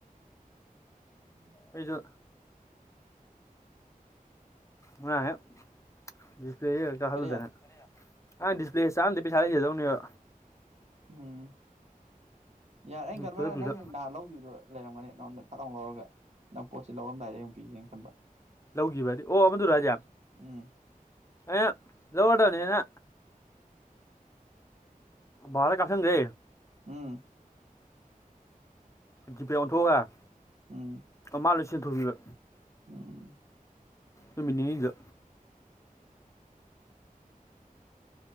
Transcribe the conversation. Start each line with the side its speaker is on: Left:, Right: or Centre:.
Right: ꯎꯝ
Left: ꯑꯩꯖꯨ ꯉꯔꯥꯡ ꯍꯦꯛ ꯗꯤꯁꯄ꯭ꯂꯦ ꯆꯥꯛꯍꯜꯂꯨꯗꯅ
Right: ꯀꯔꯤ
Left: ꯉꯔꯥꯡ ꯗꯤꯁꯄ꯭ꯂꯦ ꯆꯥꯛ ꯑꯝꯗ꯭ꯔꯗꯤ ꯄꯩꯁꯥ ꯂꯩꯖꯗꯧꯅꯦꯕ
Right: ꯎꯝ ꯌꯥꯔꯦ ꯑꯩꯅ ꯈꯟꯕꯅ
Left: ꯈꯨꯗꯛꯇꯨꯗ
Right: ꯅꯪ ꯅꯍꯥꯟ ꯂꯧꯈꯤꯕꯗꯣ ꯂꯩꯔꯝꯒꯅꯤ ꯅꯪꯉꯣꯟꯗ ꯐꯠ ꯂꯥꯎ ꯂꯧꯔꯒ ꯅꯪ ꯄꯣꯠꯁꯆꯩ ꯂꯧꯔꯝꯗꯥꯏꯗ ꯑꯩꯃꯨꯛ ꯄꯤꯒꯦꯅ ꯈꯟꯕ
Left: ꯂꯧꯈꯤꯕꯗꯤ ꯑꯣ ꯑꯃꯗꯨꯔ ꯍꯥꯏꯖꯦ
Right: ꯎꯝ
Left: ꯑꯩꯅ ꯂꯧꯔꯗꯝꯅꯦꯅ ꯕꯥꯕꯥꯗ ꯀꯥꯥꯞꯁꯟꯒ꯭ꯔꯦ
Right: ꯎꯝ
Left: ꯖꯤꯄꯦ ꯑꯣꯟꯊꯣꯛꯑꯒ
Right: ꯎꯝ
Left: ꯑ ꯃꯥ ꯂꯣꯏ ꯁꯤꯖꯤꯟꯅꯊꯣꯛꯈꯤꯕ
Right: ꯎꯝ
Left: ꯅꯨꯃꯤꯠ ꯅꯤꯅꯤꯗ